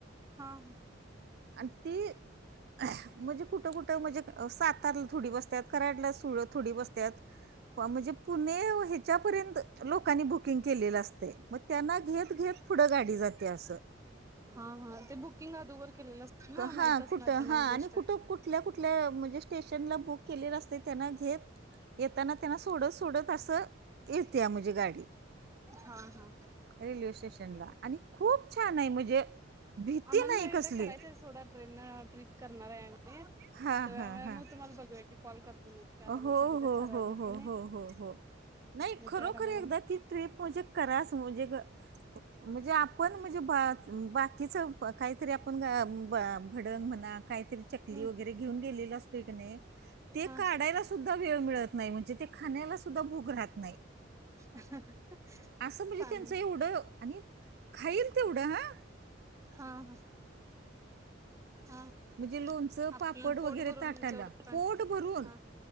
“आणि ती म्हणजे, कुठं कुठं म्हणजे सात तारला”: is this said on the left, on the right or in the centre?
Right